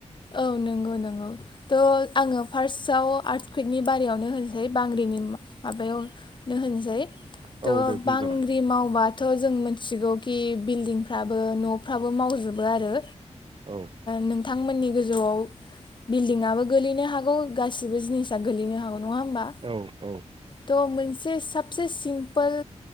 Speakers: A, on the left; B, on the right.
A: औ नंगौ नंगौ थ' आङो फार्स्टआव आर्ट कुइकनि बारयावनो होनसै बांग्रिनि माबायावनो होनसै
B: औ
A: थ'
B: दे बुंजागोन
A: बांग्रि मावबाथ' जों मो थिगौ खि बिल्डिंफ्राबो न'फ्राबो मावजोबो आरो
B: औ
A: नों <inaudible> थांमोननि गोजौआव बिल्डिंआबो गोलैनो हागौ गासिबो जिनिसा गोलैनो हागौ नङा होमबा
B: औ औ।
A: थ' मोनसे साबसे सिम्पोल